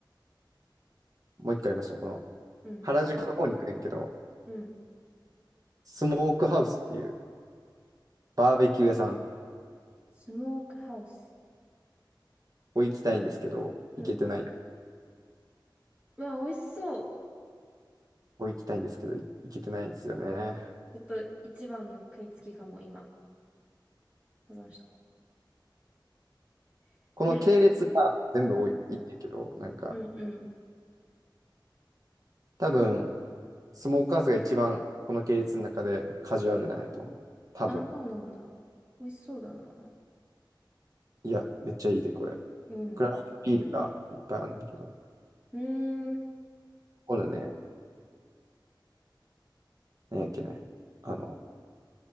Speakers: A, on the right; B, on the right.
A: もう一個ありました。この、
B: うん。
A: 原宿の方に行くねんけど、
B: うん。
A: スモークハウスっていうバーベキュー屋さん。こ
B: スモークハウス。
A: こ行きたいんですけど、
B: うん。
A: 行けてない。こ
B: うわ、美味しそう。
A: こ行きたいんですけど、い行けてないんですよね。
B: ちょっと一番の食いつきかも、今。保存しとこう。
A: この系列が全部多い、
B: いや、
A: いいんやけど、なんか、
B: うんうん。
A: 多分、スモーカーズが一番この系列の中でカジュアルなんやと思う。多分。
B: あ、そうなんだ。美味しそうだな。
A: いや、めっちゃいいで、これ。
B: うん。
A: クラフトビールがいっぱいあるんだけど。
B: うーん。
A: これね、何やっけね。あの、